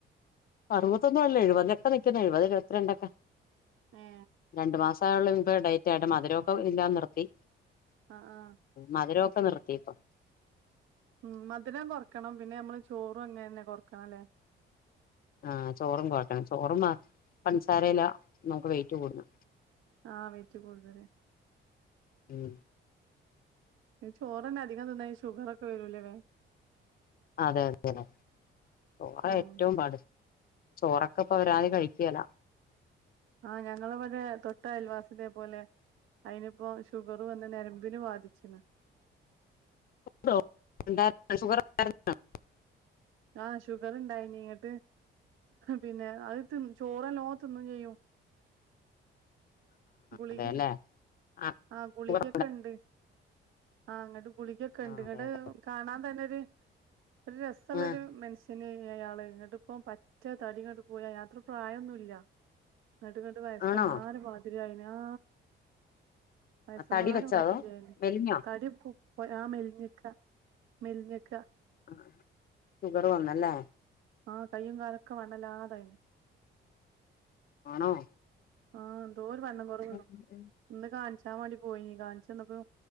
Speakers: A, on the left (about 50°); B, on the right (about 85°).
A: അറുപത്തൊന്നല്ലേ ഏഴു ഇപ്പം നിക്കുന്നെ നിക്കുന്ന എഴുപത് എഴു പത്തിരണ്ടൊക്കെ
B: ഏ
A: രണ്ട് മാസ ഇപ്പ ഡയറ്റായിട്ട മധുരൊക്കെ ഇല്ലാ നിർത്തി
B: ആ ആ
A: മധുരോ ഓക്കേ നിർത്തിയി പ്പൊ
B: ഉം മധുരം കൊറക്കണം പിന്നെ നമ്മള് ചോറും അങ്ങനെ തന്നെ കൊറക്കണംല്ലേ
A: ആഹ ചോറും കുഴക്കണം ചോറും പഞ്ചസാരയുമെല്ല നമുക്ക് വെയിറ്റ് കൂട്ടും
B: ആഹ വെയ്റ്റ് കൂടുതല്
A: ഉം
B: ചോറെന്നെ അധികം തിന്ന ഈ ഷുഗർ വേരൂലലെ
A: അതെ അതെല്ലെ ചോറ
B: ഉം
A: ഏറ്റവും പാടു ചോറക്കെ ഇപ്പൊ ഒരാതി കഴിക്കലാ
B: ആഹ ഞങ്ങളവിടെ തൊട്ടഅയൽ വാസിഇതേ പോലെ അതിനിപ്പോ ഷുഗർ വന്ന് നരം നരമ്പിന് ബാധിച്ചക്കിന്
A: ണ്ടുഖണ്ട <unintelligible>
B: ആഹ് ഷുഗർ ഇണ്ടായിന ഇങ്ങിട്ട് പിന്നെ അത് തി ചോറ് നല്ലോം തിന്നും ചെയ്യും ഗുളിക
A: അതെല്ലേ ആഹ്
B: ആ ഗുളികൊക്കെ
A: ഷുഗർ
B: ഉണ്ട് ആഹ് അങ്ങട്ട് ഗുളികൊക്കെ ഉണ്ട്
A: ആഹ്
B: ഇങ്ങട്ട്
A: അതെ അതെ
B: കാണാൻ തന്നെ <inaudible> നല്ലരു
A: ആഹ്
B: മനുഷ്യന് അയാള് ഇങ്ങോട്ടിപ്പ പറ്റ തടിങ്ങോട്ട് പോയാ അയാൾക്ക്‌ പ്രായംന്നുല്ല നട്ട്ങ്ങട്ട് വയസ്സമാരെ
A: ആണോ
B: മാതിരിയയിന് ആ വയസമാരെ
A: തടി വെച്ചോ
B: മാത്തിക്കായിെ
A: അതോ മെലിഞ്ഞോ
B: തടി ആ മെലിഞ്ഞിക്ക മെൽഞ്ഞക്ക
A: ആഹ ഷുഗർ വന്നല്ലേ
B: ആഹ് കയ്യും കാലൊക്കെ വണ്ണല്ലാതായിന്
A: ആണോ
B: ആഹ് ന്തോ വണ്ണം കുറയോന്നുനോക്കാം
A: ഉം ഉം ഉം
B: ഇന്ന് കാണിച്ച് ഞാൻ വണ്ടി പോയി നീ കാണിച്ചന്നപ്പോ